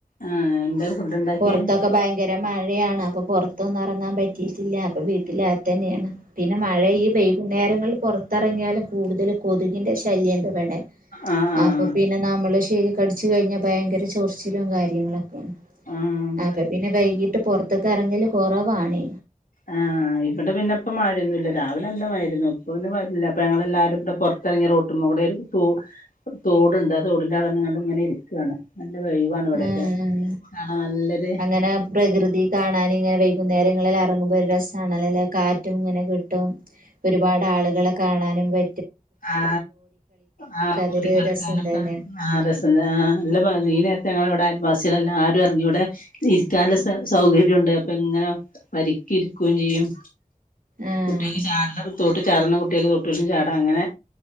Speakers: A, on the left (about 75°); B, on the right (about 85°).
A: ആഹ് എന്താ ഫുഡ് ഉണ്ടാക്കിയേ
B: പൊറത്തൊക്കെ ഭയങ്കര മ ഴയാണ് അപ്പൊ പുറത്തൊന്നും എറങ്ങാൻ പറ്റിയിട്ടില്ല അപ്പ വീട്ടില തന്നെയാണ് പിന്നെ മഴ ഈ വൈകുന്നേരങ്ങള് പുറത്തിറങ്ങിയാലും കൂടുതൽ കൊതുകിൻ്റെ ശല്യം ണ്ട് ഇവടെ
A: ആഹ് ആഹ്
B: അപ്പൊ പിന്നെ നമ്മള് ശ കടിച്ച് കഴിഞ്ഞാ ഭയങ്കര ചൊർച്ചിലും കാര്യങ്ങളൊ ക്കെ
A: ആഹ്
B: അപ്പൊ പിന്നെ വൈകിട്ട് പറ പൊറ ത്തൊക്കെ എറങ്ങല് കൊറവാണ്
A: ആഹ് ഇവിടെ പിന്നെ ഇപ്പ മഴൊന്നില്ല രാവിലെ അല്ല മഴരുന്നു ഇപ്പന്നെ പ <unintelligible> യില്ല അപ്പൊ ഞങ്ങള് എല്ലാരും ഇവിടെ പുറത്തിറങ്ങി റോട്ടുമ്പോ ഇവിടെ ഒരു തോ തോടുണ്ട് ആ തോടിന്റെ അവിടെ വന്ന്കാണ്ട് ഇങ്ങനെ ഇരിക്കാണ് നല്ല ഒഴിവാണ് ഇവിടെയൊക്കെ
B: ഉം ഉ
A: കാണാൻ നല്ലൊരു
B: അങ്ങനെ പ്രകൃതി കാണാൻ ഇങ്ങനെ വയ് കുന്നേരങ്ങളിൽ എറങ്ങുമ്പോ ഒരു രസാണല്ലൊ ലേ കാറ്റും ഇങ്ങനെ കിട്ടും ഒരുപാട് ആളുകളൊ കാണാനും പ
A: ആ ആ
B: അതൊരു
A: ടിക്കളിക്കാനൊക്കെ
B: രസം തന്നെ
A: ആ രസം ണ്ട് ആ ല്ല <unintelligible> ഈ നേരത്തെ ഞങ്ങളിവിട വാസികള് എല്ലാരും അറ ങ്ങി ഇവിടെ ഇരിക്കാനുള്ള സ സൗകര്‌യൂണ്ട് അപ്പ ഇങ്ങനെ വരിക്ക് ഇരിക്കും ചെയ്യും
B: ആഹ്
A: കുട്ടിയേക്ക് ചാട തോട്ട് ചാട്ണ കുട്ടി യേക്ക് തൊട്ടിക്കും ചാട അങ്ങനെ